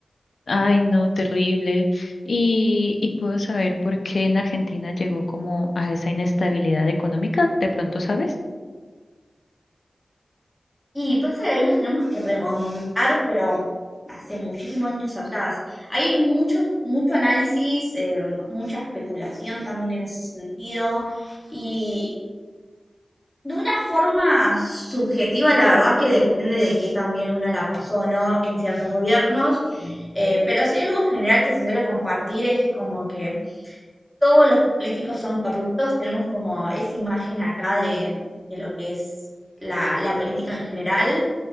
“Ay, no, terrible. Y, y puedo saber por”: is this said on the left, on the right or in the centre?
Left